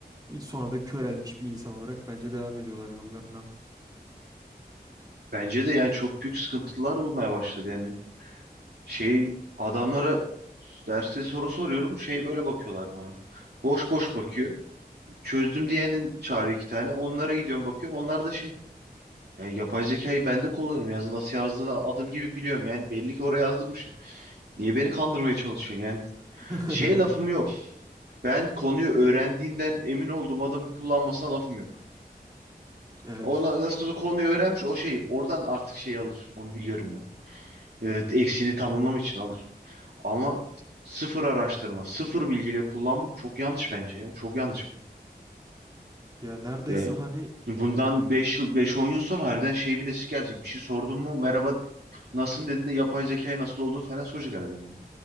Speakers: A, on the right; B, on the right.
A: İ- Sonra da körelmiş bir insan olarak bence devam ediyorlar yollarına.
B: Bence de yani çok büyük sıkıntılar olmaya başladı yani. Şey adamlara derste soru soruyorum şey böyle bakıyorlar bana. Boş boş bakıyor. Çözdüm diyenin çağırıyor iki tane. Onlara gidiyorum bakıyorum. Onlar da şey Ya yapay zekayı ben de kullanırım. Yazı nasıl yazdığını adım gibi biliyorum. Yani belli ki oraya yazdırmışım. Niye beni kandırmaya çalışıyorsun? Yani
A: <laughs>
B: şeye lafım yok. Ben konuyu öğrendiğinden emin olduğum adamı kullanmasına lafım yok.
A: Evet.
B: Ona nasıl olsa konuyu öğrenmiş o şey. Oradan artık şey alır. Onu biliyorum ben. Evet, eksiğini tamamlamak için alır. Ama sıfır araştırma, sıfır bilgiyle kullanmak çok yanlış bence ya. Çok yanlış bu.
A: Ya neredeyse
B: Yani
A: hani
B: bundan 5 yıl, beş on yıl sonra harbiden şey bir nesi gelecek. Bir şey sordun mu merhaba Nasılsın dediğinde yapay zekayı nasıl olduğunu falan soracak herhalde.